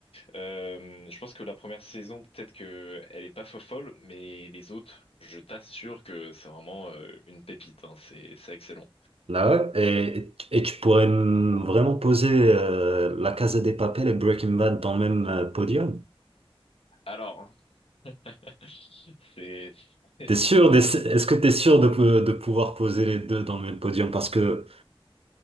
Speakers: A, on the left (about 75°); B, on the right (about 80°).
A: Euh, je pense que la première saison, peut-être que elle est pas folle, mais les autres, je t'assure que c'est vraiment euh, une pépite, hein, c'est c'est excellent.
B: Là, ouais. et, et tu pourrais me- vraiment poser euh, La Casa des Papel et Breaking Bad dans le même euh, podium?
A: Alors, <laughs> c'est <laughs>
B: T'es sûr, d'ess- est-ce que t'es sûr de, pou- de pouvoir poser les deux dans le même podium? Parce que,